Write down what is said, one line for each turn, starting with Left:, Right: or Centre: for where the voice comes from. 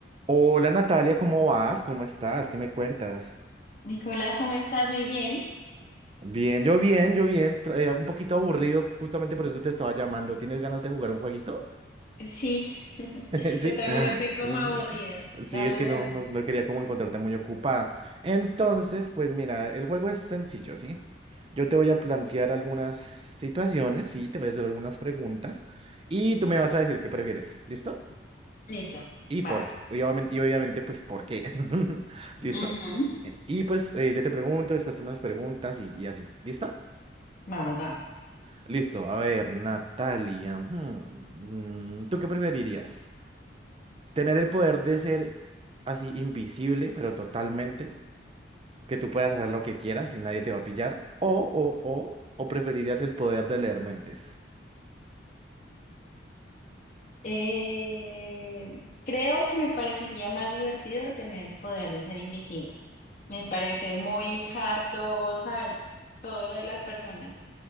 Right: Hola Natalia, ¿cómo vas? ¿Cómo estás? ¿Qué me cuentas?
Left: Nicolás, ¿cómo estás? Muy bien.
Right: Bien, yo bien, yo bien, tra- eh, un poquito aburrido, justamente por eso te estaba llamando. ¿Tienes ganas de jugar un jueguito?
Left: Sí, <laughs>
Right: <laughs> Sí.
Left: yo también
Right: Ah,
Left: estoy como
Right: Ujú.
Left: aburrida.
Right: Sí,
Left: Dale
Right: es que
Left: de
Right: no,
Left: una.
Right: no, no quería como encontrarte muy ocupada. Entonces, pues mira, el juego es sencillo, ¿sí? Yo te voy a plantear algunas situaciones, sí, te voy a hacer algunas preguntas y tú me vas a decir qué prefieres. ¿Listo?
Left: Listo.
Right: Y
Left: Va.
Right: por qué, y obviamente, y obviamente, pues, ¿por qué? <laughs> ¿Listo?
Left: Ujú.
Right: Eh, Y pues eh, yo te pregunto, después tú me das preguntas y, y así. ¿Listo?
Left: Vamos, vamos.
Right: Listo. A ver, Natalia. hmm, mm, ¿Tú qué preferirías? ¿Tener el poder de ser así invisible, pero totalmente? Que tú puedas hacer lo que quieras y nadie te va a pillar. O, o, o, o preferirías el poder de leer mentes.
Left: Eh, creo que me parecería más divertido tener el poder de ser invisible. Me parece muy harto saber todo de las personas.